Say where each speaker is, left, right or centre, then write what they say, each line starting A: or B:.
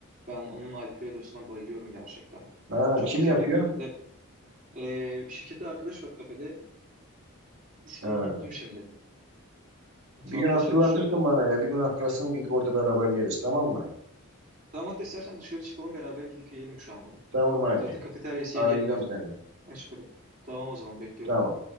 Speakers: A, on the right (about 35°); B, on the right (about 75°).
A: Ben onun Alfredo'suna bayılıyorum gerçekten.
B: Ha,
A: Çok
B: kim
A: güzel
B: yapıyor?
A: yapıyor. Bir de eee şirkette arkadaş var kafede. İsmini
B: Ha.
A: unuttum şimdi. Mutfakta
B: Bir gün hatırlatırsın
A: çalışıyor.
B: bana ya. Bir gün hatırlasın gidip orada beraber yeriz tamam mı?
A: Tamam hatta istersen dışarı çıkalım beraber gidip yiyelim şu anda.
B: Tamam hadi.
A: Zaten kafeteryası
B: Arayacağım
A: 7-24
B: seni.
A: açık. Oraya. Tamam o zaman bekliyorum.
B: Tamam.